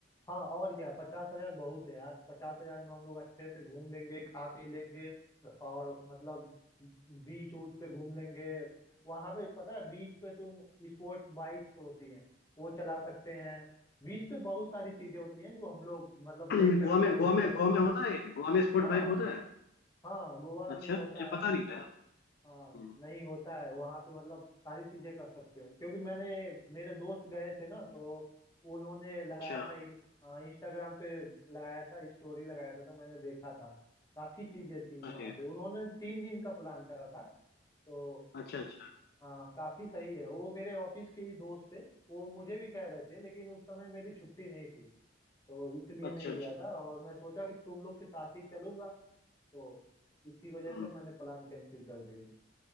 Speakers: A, on the left; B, on the left.
A: हाँ और क्या पचास हजार बहुत है यार पचास हजार में हम लोग अच्छे से घूम लेंगे खा पी लेंगे और मतलब बीच ऊच पे घूम लेंगे वहां पे पता है बीच पे तुम स्पोर्ट बाइक्स तो होती हैं वो चला सकते हैं बीच पे बहुत सारी चीजें होती हैं जो हम लोग मतलब
B: चलो,
A: देख
B: <clears throat>
A: सकते
B: गोवा में
A: हैं घूम
B: गोवा में
A: सकते
B: गोवा में होता है ये? गोवा में स्पोर्ट
A: हाँ
B: बाइक होता है
A: हाँ गोवा में
B: अच्छा
A: भी होता
B: मुझे
A: है
B: पता नहीं था यार
A: हाँ
B: हम्म,
A: नहीं होता है वहाँ पे मतलब सारी चीजें कर सकते हो क्योंकि मैंने मेरे दोस्त गए थे ना तो उन्होंने लगाया
B: अच्छा
A: था इंस्टाग्राम पे लगाया था स्टोरी लगाया था तो मैंने देखा था काफी चीजें थी
B: अरे
A: वहाँ पे उन्होंने तीन दिन का प्लान करा था तो
B: अच्छा अच्छा
A: हाँ काफी सही है वो मेरे ऑफिस के ही दोस्त थे वो मुझे भी कह रहे थे लेकिन उस समय मेरी छुट्टी नहीं थी तो इसलिए
B: अच्छा
A: नहीं
B: अच्छा
A: गया था और मैं सोचा कि तुम लोग के साथ ही चलूंगा तो इसी वजह
B: हम्म
A: से मैंने प्लान कैंसिल कर दी थी